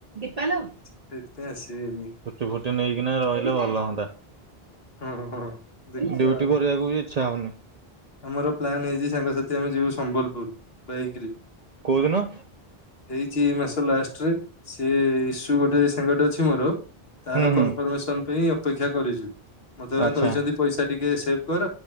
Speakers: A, on the right (about 45°); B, on the left (about 75°).
A: ଦୀପା ଲୋ
B: ସେଇତି ପାଇଁ ଆସିବେନି ‌।
A: ଛୁଟି ଫୁଟି ନେଇକିନା ରହିଲେ ଭଲ ହଅନ୍ତା।
B: ହଁ ହଁ। ଦେଖିବା
A: ଡିୟୁଟି
B: ଆଉ।
A: କରିବାକୁ ବି ଇଚ୍ଛା ହଉନି।
B: ଆମର ପ୍ଲାନ୍ ହେଇଛି ସାଙ୍ଗସାଥି ଆମେ ଯିବୁ ସମ୍ବଲପୁର ବାଇକରେ।
A: କୋଉ ଦିନ?
B: ହେଇଛି ଏ ମାସ ଲାଷ୍ଟରେ, ସେଏ ଇସୁ ଗୋଟେ ସାଙ୍ଗଟେ ଅଛି ମୋର ତାର
A: ହୁଁ ହୁଁ
B: କନଫର୍ମେସନ ପାଇଁ ଅପେକ୍ଷା କରିଛୁ। ମତେ ବା
A: ଆଚ୍ଛା।
B: କହିଛନ୍ତି ପଇସା ଟିକେ ସେଭ କର,